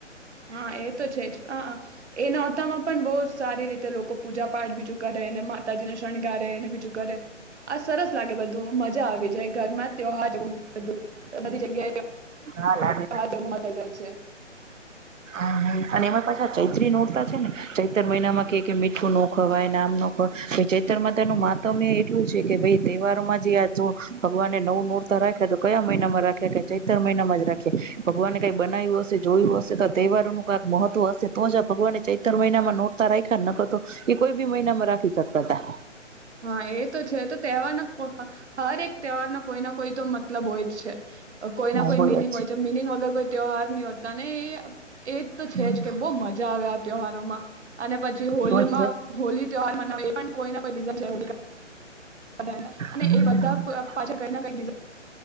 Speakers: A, on the right (about 65°); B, on the right (about 85°).
A: હા, એ તો છે જ. એ નોરતામાં પણ બહુ સારી રીતે લોકો પૂજા- પાઠ બીજું કરે અને. તાજી ને શણગારે એને બીજું કરે- આ સરસ લાગે બધું મજા આવી જાય. ઘર માં ત્યોહાર જોવું, બધું બધી જગ્યાએ.
B: હા લ
A: ત્યોહાર જેવું થઈ જાય છે
B: હા <inaudible> અને એમાં પાછા ચૈત્રી નોરતા છે ને, ચૈતર મહિનામાં કે કે મીઠું ન ખવાય, નામ નો લેવાય. ચૈતરમાં તેનું માતમ્ય એટલું છે કે ભાઈ, તહેવારોમાં જે આ જો ભગવાને નવું નૂરતા રાખ્યા તો કયા મહિનામાં રાખ્યા કેૈ? ચૈતર મહિનામાં જ રાખી ભગવાને કંઈ બનાવ્યું હશે, જોયું હશે તો તહેવારોનું કક મહત્વ હશે. તો જ ભગવાને ચૈતર મહિનામાં નોટતા રાખ્યા ન કરતો એ કોઈ બી મહિનામાં રાખી શકતા હતા?
A: હા, એ તો છે. તો તહેવારના હર એક તહેવારના કોઈ ના કોઈ તો મતલબ હોય જ છે. કોઈ
B: હા
A: ના કોઈ
B: બરોબર
A: મિનિંગ હોય છે. મિનિંગ વગર કોઈ તહેવાર નહીં હોતા ને એ એક તો છે
B: હમ
A: જ કે બહુ મજા આવે. આ તહેવારોમાં અને પછી હોલીમાં
B: રોજ
A: હોલી તેવા. એ પણ કોઈને કોઈ ડિઝાઇન. જવ <unintelligible> અને
B: હમ
A: એ બધા પાછા કઈ ના કઈ રીઝન.